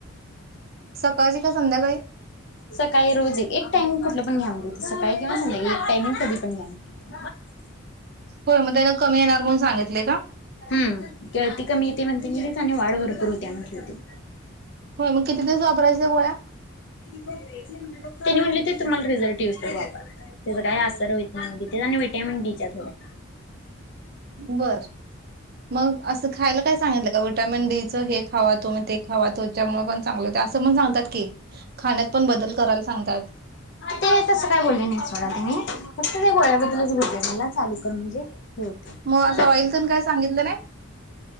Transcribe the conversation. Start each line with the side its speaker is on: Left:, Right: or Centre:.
Right: सकाळची का संध्याकाळी
Left: सकाळी रोज एक. एक टाइमिंग कुठलं पण घ्या होे सकाळी किंवा संध्याकाळी एक टाइमिंग कधी पण घ्या म्हटलेत.
Right: होय मग त्यान कमी येणार म्हणून सांगितले का
Left: हम्म, गळती कमी येते म्हन आणि वाढ भरपूर होत्या म्हटले होते.
Right: होय मग किती दिवस वापरायच्या गोळ्या?
Left: त्यांनी म्हणलितीत तुम्हाला रिझल्ट येऊस तोवर वापरा. त्याचा काय असर व्हित नाहीत म्हटलीत ते जा आणि विटॅमन डीच्या गोळ्या.
Right: बर मग असं खायला काय सांगितलं का? विटामिन डीचं हे खावा तुम्ही ते खावा. त्यामुळे पण चांगल टा तसं पण सांगतात की, खाण्यात पण बदल करायला सांगतात.
Left: ते तसं काय बोलले नाही सोडा त्यांनी फक्त ते गोळ्याबद्दलच बोलले मला चालू कर म्हणजे
Right: मग
Left: <inaudible>
Right: असं ऑइल पण काय सांगितलं नाही